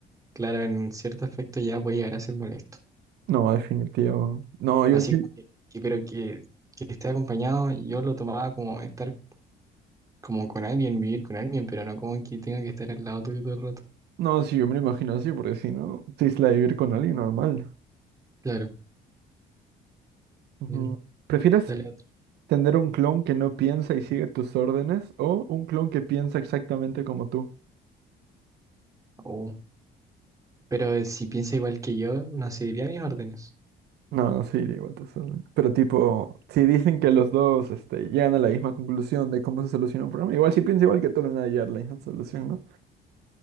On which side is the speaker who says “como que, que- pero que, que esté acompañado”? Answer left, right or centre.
Right